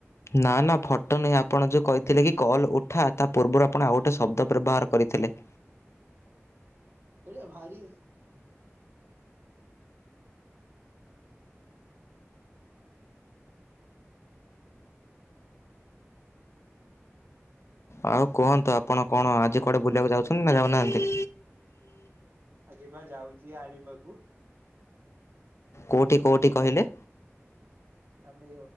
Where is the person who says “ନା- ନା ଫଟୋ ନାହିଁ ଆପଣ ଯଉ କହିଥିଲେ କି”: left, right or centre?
Left